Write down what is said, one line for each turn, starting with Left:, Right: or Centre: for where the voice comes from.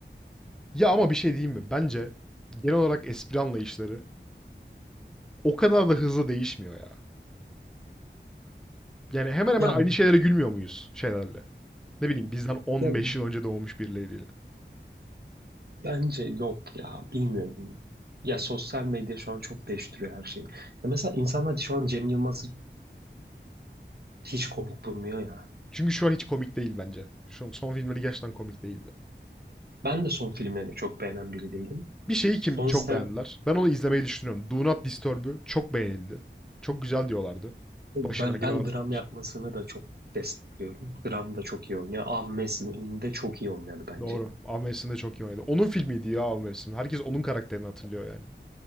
Centre: Ya ama bir şey diyeyim mi? Bence genel olarak espri anlayışları o kadar da hızlı değişmiyor ya. Yani hemen hemen
Right: Ya
Centre: aynı şeylere gülmüyor muyuz şeylerle? Ne bileyim bizden 15
Right: ya
Centre: yıl önce doğmuş birileriyle.
Right: bence yok ya bilmiyorum. Ya sosyal medya şu an çok değiştiriyor her şeyi. Ya mesela insanlar şu an Cem Yılmaz'ı hiç komik bulmuyor ya.
Centre: Çünkü şu an hiç komik değil bence. Şu son filmleri gerçekten komik değildi.
Right: Ben de son filmlerini çok beğenen biri değilim.
Centre: Bir şeyi kim
Right: Son
Centre: çok
Right: sistem
Centre: beğendiler. Ben onu izlemeyi düşünüyorum. Do Not Disturb'ü çok beğenildi. Çok güzel diyorlardı.
Right: ben
Centre: Başına genel
Right: ben
Centre: olarak
Right: dram
Centre: kurgusuna.
Right: yapmasını da çok destekliyorum. Dram da çok iyi oynuyor. Av Mevsimi'nde çok iyi oynadı bence.
Centre: Doğru. Av mevsiminde çok iyi oynadı. Onun filmiydi ya Av mevsim. Herkes onun karakterini hatırlıyor yani.